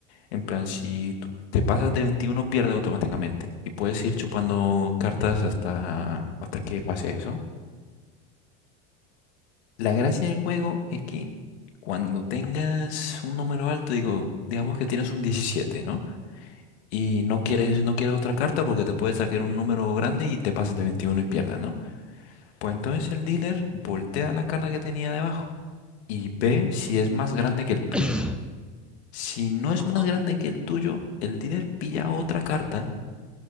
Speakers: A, on the left; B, in the centre.
A: En plan, si tú te pasas de 21 pierde automáticamente y puedes ir chupando cartas hasta, hasta que pase eso. La gracia del juego es que cuando tengas un número alto, digo, digamos que tienes un diecisiete ¿no? Y no quieres, no quieres otra carta porque te puede sacar un número grande y te pasas de 21 y pierdas, ¿no? Pues entonces el dealer voltea la carta que tenía debajo y ve si es más grande que el tuyo.
B: <coughs>
A: Si
B: <clears throat>
A: no es
B: ajá.
A: más grande que el tuyo, el dealer pilla otra carta